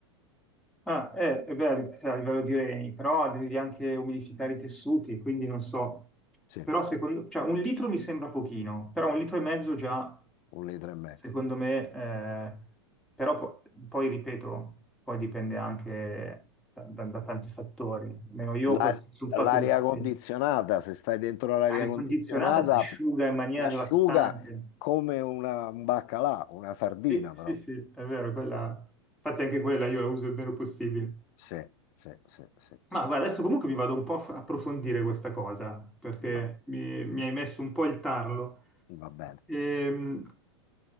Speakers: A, in the centre; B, on the left.
A: Ah, eh, eh, beh, a livello di reni, però devi anche umidificare i tessuti, quindi non so.
B: Sì,
A: Però secondo, cioè un litro mi sembra pochino, però un litro e mezzo già,
B: un litro e mezzo.
A: secondo me, eh, però po- poi ripeto, poi dipende anche da, da- da tanti fattori. Almeno io
B: La-
A: questo, sul fatto
B: L'aria
A: che
B: condizionata,
A: sì,
B: se stai dentro l'aria
A: l'aria
B: condizionata,
A: condizionata ti asciuga in maniera
B: asciuga
A: devastante.
B: come una, un baccalà, una sardina
A: Sì, sì,
B: però.
A: sì, è vero, quella... Infatti anche quella io la uso il meno possibile.
B: Sì, sì, sì, sì, sì.
A: Ma guarda, adesso comunque mi vado un po' a f- approfondire questa cosa, perché
B: Va,
A: mi, mi hai messo un po' il tarlo.
B: va bene.
A: Ehm,